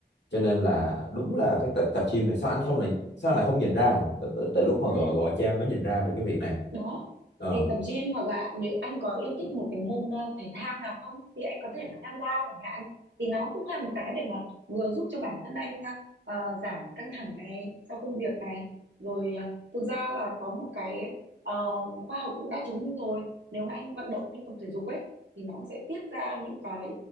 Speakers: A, on the left (about 75°); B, on the right (about 85°).
A: cho nên
B: Ừ.
A: là đúng là cái tập tập gym này sao anh không này sao anh lại không nhìn ra nhỉ tới, tới, tới lúc mà
B: Ừ.
A: gọi gọi cha mới nhìn ra được cái việc này
B: đó
A: ờ
B: thì tập gym hoặc là nếu anh có yêu thích một cái môn ờ, thể thao nào không thì anh có thể là tham gia chẳng hạn thì nó cũng là một cái để mà vừa giúp cho bản thân anh ờ, giảm căng thẳng này sau công việc này rồi ờ, thực ra là có một cái ờ, khoa học cũng đã chứng minh rồi nếu mà anh vận động anh tập thể dục ấy thì nó cũng sẽ tiết ra những cái